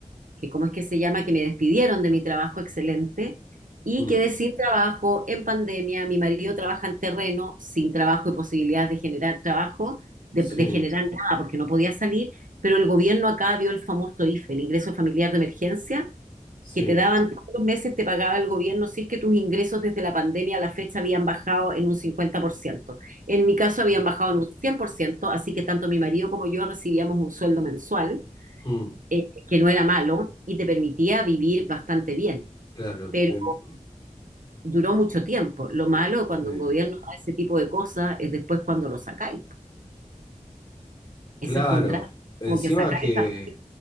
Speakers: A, on the right; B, on the left.
A: que, ¿cómo es que se llama? Que me despidieron de mi trabajo excelente y
B: mm,
A: quedé sin trabajo en pandemia. Mi marido trabaja en terreno, sin trabajo y posibilidades de generar trabajo, de,
B: sí,
A: de generar nada porque no podía salir, pero el gobierno acá dio el famoso IFE, el ingreso familiar de emergencia,
B: sí,
A: que te daban todos los meses, te pagaba el gobierno si es que tus ingresos desde la pandemia a la fecha habían bajado en un cincuenta por ciento En mi caso habían
B: sí.
A: bajado en un cien por ciento así que tanto mi marido como yo recibíamos un sueldo mensual,
B: Mm,
A: eh, que no era malo y te permitía vivir bastante bien,
B: claro,
A: pero
B: me- me-
A: duró mucho tiempo. Lo malo cuando
B: sí.
A: un gobierno da ese tipo de cosas es después cuando lo sacáis.
B: Claro.
A: Ese fue un drama,
B: Encima
A: como que sacar
B: que,
A: esa...